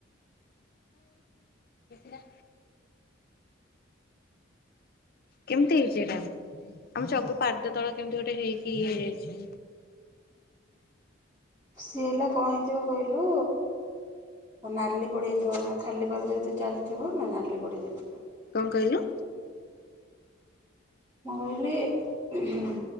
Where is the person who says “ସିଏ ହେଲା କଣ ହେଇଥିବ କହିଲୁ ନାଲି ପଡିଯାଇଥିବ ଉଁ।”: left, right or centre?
Right